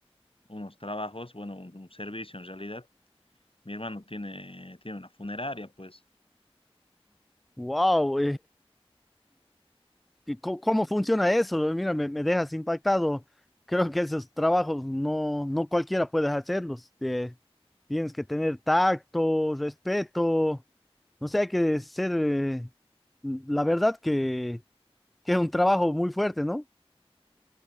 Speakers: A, on the left (about 60°); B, in the centre.
A: unos trabajos, bueno, un, un servicio en realidad. Mi hermano tiene, tiene una funeraria, pues.
B: Wow, ¿cómo, <laughs> cómo funciona eso? Eh, Mira, me, me dejas impactado. Creo que esos trabajos no, no cualquiera puede hacerlos. Eh, tienes que tener tacto, respeto. No sé, hay que ser, eh, la verdad que, que es un trabajo muy fuerte, ¿no?